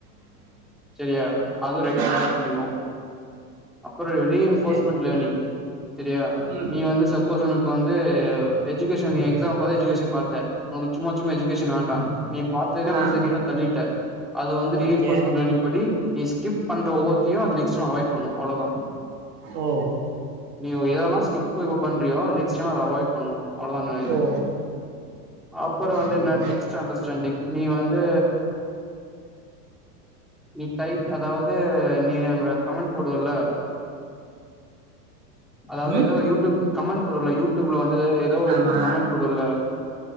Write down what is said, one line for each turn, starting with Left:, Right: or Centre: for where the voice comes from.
Centre: செரியா அது ரெண்டு
Right: ஆ
Centre: ட்ரேக் பண்ணிவோம் அப்றோம் ரீஎன்போர்ஸ்மென்ட்
Right: ஓகே
Centre: லேர்னிங் சரியா
Right: ம்
Centre: நீ வந்து சப்போஸ் உனக்கு வந் து எஜிக்கேஷன் எக்ஸாம் போல எஜியேஷன் பாத்த உன் சும்மா சும்மா எஜுகேஷன் வேண்டாம் நீ பாத்ததுனே ஒரு
Right: ஆ
Centre: செகண்ட்ல தள்ளிட்ட அது வந்து
Right: ஓகே
Centre: ரீஎன்போர்ஸ்மெண்ட் லேர்னிங் படி நீ ஸ்கிப் பண்ற வொவ்வொருத்தையும் அது நெக்ஸ்ட்டும் அவாய் பண்ணும் அவ்ளவுதான்
Right: ஓ
Centre: நீயோ ஏதனா ஸ்கிப் ஏதோப் பண்றியோ நெக்ஸ்ட் டைம் அத அவாய்ட் பண்ணும் அவ்வளவுதான் அன்ன இது
Right: ஓ
Centre: அப்றோ வந்து
Right: ஓகே
Centre: என்ன
Right: ஓகே
Centre: டெக்ஸ்ட் அண்டர்ஸ்டேண்டிங் நீ வந்து நீ டை அதாவது நீ எங்கள கமண்ட் போடுவல்ல அதாவது
Right: ம்
Centre: ஏதோ யூடூப் கமண்ட் போடுவல்ல யூடூப்ல வந்து எதோ ஒரு
Right: ஆமா
Centre: இது கமண்ட் போடுவல்ல